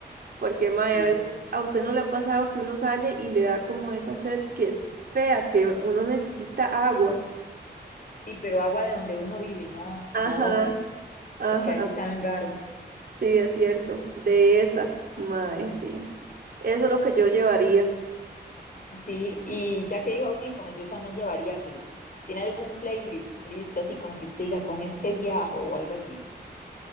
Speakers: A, on the right; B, on the left.
A: Porque, mae,
B: Sí,
A: a veces a usted no le ha pasado que uno sale y le da como esa sed que es fea, que uno necesita agua.
B: sí, pero agua de donde uno vive, no,
A: Ajá,
B: no otras,
A: ajá,
B: porque a veces saben raro.
A: sí, es cierto. De esa, mae, sí. Eso es lo que yo llevaría.
B: Sí, y ya que digo audífonos, yo también llevaría, pero ¿tiene algún playlist listo así como que usted diga con este viaje o algo así?